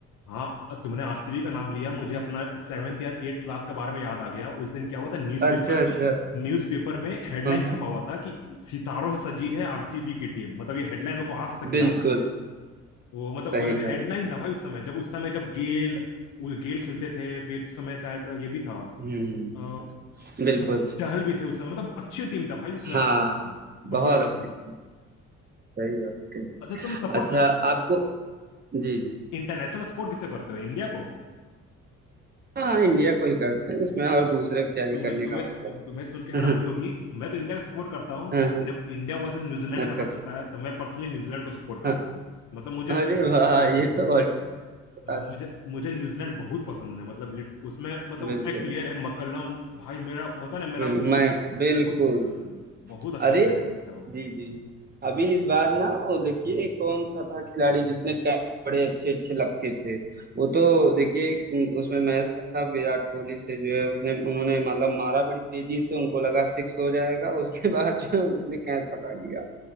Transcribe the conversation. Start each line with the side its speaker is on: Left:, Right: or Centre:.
Left: हाँ तुमने आरसीबी का नाम लिया मुझे अपना सेवेंथ या एट क्लास के बारे में याद आ गया उस दिन क्या हुआ था न्यूज़पेपर
Right: है अच्छा
Left: में
Right: अच्छा
Left: न्यूज़पेपर में हेडलाइन
Right: हाँ
Left: छपा
Right: हाँ,
Left: हुआ था कि सितारों से सजी है आरसीबी की टीम मतलब ये हेडलाइन मेरे को आज तक याद
Right: बिल्कुल
Left: वो मतलब
Right: सही
Left: वो
Right: बात
Left: हेडलाइन था भाई उस समय जब उस समय जब गेल वो गेल खेलते थे फिर उस समय शायद ये भी था
Right: हम्म
Left: अ,
Right: बिल्कुल
Left: चहल भी थे उस समय मतलब अच्छी टीम था भाई उसमें
Right: हाँ
Left: आरसीबी में बढ़िया
Right: बहुत
Left: टीम
Right: अच्छी
Left: थी
Right: थी सही बात कही।
Left: अच्छा तुम सपोर्ट
Right: अच्छा आपको जी जी
Left: इंटरनेशनल सपोर्ट किसे करते हो इंडिया को
Right: हाँ इंडिया को ही करते हैं इसमें और दूसरे क्या ही
Left: तुम्हें
Right: करने
Left: तुम्हें
Right: का मतलब
Left: तुम्हें सुन के हैरानी
Right: है। <laughs>
Left: होगी मैं तो इंडिया को सपोर्ट करता हूँ
Right: हाँ हाँ,
Left: जब इंडिया वर्सेस न्यूजीलैंड
Right: अच्छा
Left: का मैच
Right: अच्छा
Left: होता है तो मैं पर्सनली न्यूजीलैंड को सपोर्ट करता
Right: हाँ
Left: हूँ मतलब मुझे
Right: अरे वाह ये तो और
Left: <laughs>
Right: बता
Left: अ, मुझे मुझे न्यूजीलैंड बहुत पसंद है मतलब lit- उसमें मतलब उसका
Right: बिल्कुल
Left: एक प्लेयर है मक्कलम भाई मेरा होता है ना मेरा
Right: बिल्कुल
Left: बहुत
Right: मैं
Left: बहुत
Right: बिल्कुल
Left: अ, बहुत अच्छा
Right: अरे
Left: प्लेयर लगता है वो
Right: जी जी अभी इस बार ना वो देखिए कौन सा था खिलाड़ी जिसने कैच बड़े अच्छे अच्छे लपके थे वो तो देखिए उम, उसमें मैच था विराट कोहली से जो है उसने उन्होंने मतलब मारा बड़ी तेजी से उनको लगा सिक्स हो जाएगा उसके बाद जो है उसने कैच पकड़ लिया